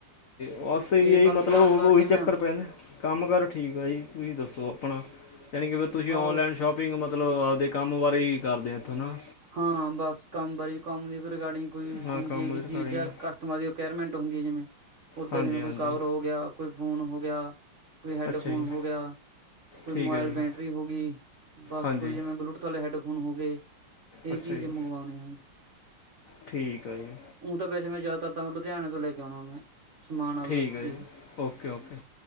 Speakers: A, on the left; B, on the right.
A: ਬਸ ਹੀ
B: ਤੇ
A: ਹੈ ਜੀ
B: ਬਾਕੀ
A: ਮਤਲਬ
B: ਕੰਮ ਕਾਰ
A: ਉਹ ਉਹੀ
B: ਕਿਵੇਂ
A: ਚੱਕਰ
B: ਆ
A: ਪੈਂਦਾ ਕੰਮ ਕਾਰ ਠੀਕ ਆ ਜੀ ਤੁਸੀਂ ਦੱਸੋ ਆਪਣਾ ਯਣੀ ਕਿ ਫਿਰ ਤੁਸੀਂ
B: ਬ
A: ਔਨਲਾਈਨ ਸ਼ੋਪਿੰਗ ਮਤਲਬ ਆਪਦੇ ਕੰਮ ਬਾਰੀ ਕਰਦੇ ਹਾਂ ਇੱਥੋਂ ਨਾ
B: ਹਾਂ ਬਸ ਕੰਮ ਬਾਰੀ ਕੰਮ ਦੀ ਰਿਗਾਰਡਿੰਗ ਕੋਈ
A: ਹਾਂ
B: ਹੁੰਦੀ
A: ਕੰਮ
B: ਹੈਗੀ
A: ਦੇ ਰਿਕਾਰਡਿੰਗ
B: ਚੀਜ਼ ਜਾਂ
A: ਆ
B: ਕਸਟਮਰ ਦੀ ਰਿਕੁਆਇਰਮੈਂਟ ਹੁੰਦੀ ਹੈ ਜਿਵੇਂ ਓਦਾਂ
A: ਹਾਂਜੀ
B: ਜਿਵੇਂ ਕੋਈ
A: ਹਾਂਜੀ
B: ਕਵਰ ਹੋ ਗਿਆ ਕੋਈ ਫੋਨ ਹੋ ਗਿਆ ਕੋਈ ਹੈਡਫੋਨ
A: ਅੱਛਾ ਜੀ
B: ਹੋ ਗਿਆ ਤੇ ਕੋਈ
A: ਠੀਕ
B: ਮੋਬਾਇਲ
A: ਹੈ ਜੀ
B: ਬੈਟਰੀ ਹੋ ਗਈ ਬਸ
A: ਹਾਂਜੀ
B: ਕੋਈ ਜਿਵੇਂ ਬਲੂ ਹੈਡਫੋਨ ਹੋ ਗਏ ਇਹ
A: ਅੱਛਾ
B: ਚੀਜ਼
A: ਜੀ
B: ਮੰਗਵਾਉਣੇ ਆ
A: ਠੀਕ ਆ ਜੀ
B: ਹੁ ਤਾਂ ਵੈੇੈਂਿਆਦਾਤਰ ਤਾਂ ਮ ਲੁਧਿਆਣੇ ਤੋਂ ਲੈ ਕੇ ਆਉਣਾ ਮੈਂ ਸਮਾਨ ਆਪਦਾ
A: ਠੀਕ ਆ ਜੀ
B: ਇਹ
A: ਓਕੇ ਓਕੇ